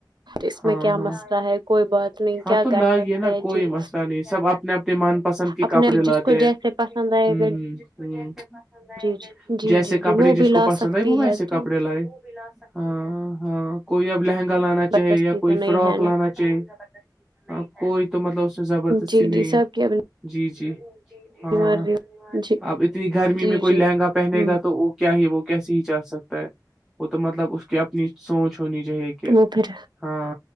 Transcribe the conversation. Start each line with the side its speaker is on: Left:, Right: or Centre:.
Right: اس
Centre: ہاں
Right: میں کیا
Centre: ہاں
Right: مسئلہ ہے کوئی بات نہیں
Centre: ہاں
Right: کیا
Centre: تو لائیے
Right: کر سکتا
Centre: نا
Right: ہے
Centre: کوئی
Right: جی
Centre: مسئلہ نہیں سب آپ اپنے اپنے من پسند کے
Right: اپنے
Centre: کپڑے لاتے
Right: جس کو
Centre: ہیں
Right: جیسے پسند آئے
Centre: ہ
Right: گا
Centre: ہ ہ
Right: جی جی جی
Centre: جیسے
Right: جی
Centre: کپڑے
Right: جی وہ
Centre: جس
Right: بھی لا
Centre: کو پسند
Right: سکتی
Centre: آئے وہ ویسے
Right: ہے
Centre: کپڑے
Right: تو
Centre: لائے ہاں ہاں کوئی اب لہنگا لانا
Right: زبردستی
Centre: چاہے یا کوئی
Right: تو نہیں
Centre: فراک
Right: ہے
Centre: لانا
Right: نا
Centre: چاہے ہاں کوئی تو مطلب اس میں زبردستی
Right: جی
Centre: نہیں
Right: جی سب
Centre: ہے
Right: کی اپنی
Centre: جی جی ہاں
Right: مرضی جی
Centre: اب اتنی گرمی
Right: جی
Centre: میں کوئی
Right: جی
Centre: لہنگا پہنے
Right: ہوں
Centre: گا تو کیا ہی وہ کیسے ہی چل سکتا ہے وہ تو مطلب اس کی اپنی سوچ ہونی چاہیے کہ
Right: تو پھر
Centre: ہاں